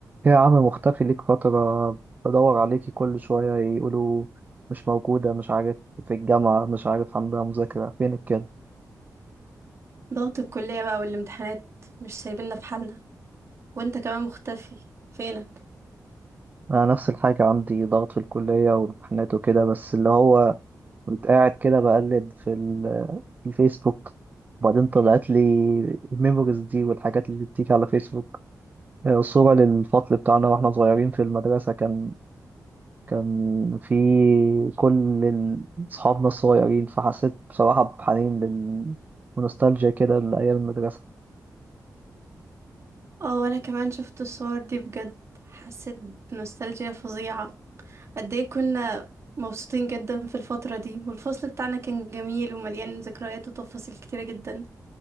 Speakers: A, on the right; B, on the right.
A: يا عم مختفي ليك فترة بدور عليكي كل شوية يقولوا مش موجودة مش عارف في الجامعة مش عارف عندها مذاكرة فينك كده
B: ضغط الكلية بقى والامتحانات مش سايبيننا في حالنا وانت كمان مختفي فينك
A: أنا نفس الحاجة عندي ضغط في الكلية وامتحانات وكده بس اللي هو كنت قاعد كده بقلب في ال- في الفيسبوك وبعدين طلعت لي الميموريز دي والحاجات اللي بتيجي على فيسبوك آه، صورة للفصل بتاعنا واحنا صغيرين في المدرسة كان كان في كل ال- أصحابنا الصغيرين فحسيت بصراحة بحنين لل... ونوستالجيا كده لأيام المدرسة
B: اه وانا كمان شفت الصور دي بجد حسيت بنوستالجيا فظيعة قد ايه كنا مبسوطين جدا في الفترة دي والفصل بتاعنا كان جميل ومليان ذكريات وتفاصيل كتيرة جدا